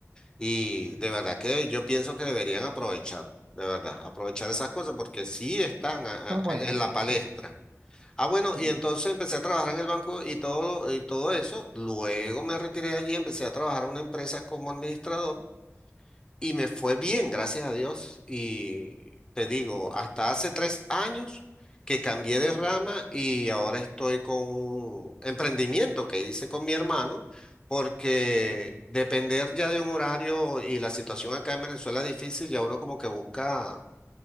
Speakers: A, on the left (about 15°); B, on the right (about 50°).
A: Y de verdad que yo pienso que deberían aprovechar, de verdad, aprovechar esas cosas porque sí están a-
B: son
A: a-
B: buenas,
A: en la
B: sí,
A: palestra.
B: sí.
A: Ah, bueno,
B: sí.
A: y entonces empecé a trabajar en el banco y todo lo, y todo eso. Luego me retiré de allí, empecé a trabajar en una empresa como administrador y me fue bien, gracias a Dios. Y te digo, hasta hace tres años que cambié de rama y ahora estoy con un emprendimiento que hice con mi hermano, porque depender ya de un horario y la situación acá en Venezuela es difícil, ya uno como que busca,